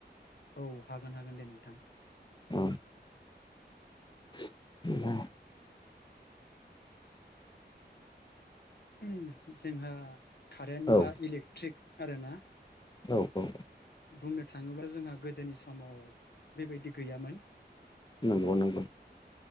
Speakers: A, on the left; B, on the left.
A: औ हागोन हागोन दे नोंथां।
B: ओम। <inaudible>
A: उम। जोंहा कारेन्ट
B: औ
A: बा इलेक्ट्रिक आरोना।
B: औ औ।
A: बुंनो थाङोब्ला जोंहा गोदोनि समाव बेबायदि गैयामोन।
B: नंगौ नंगौ।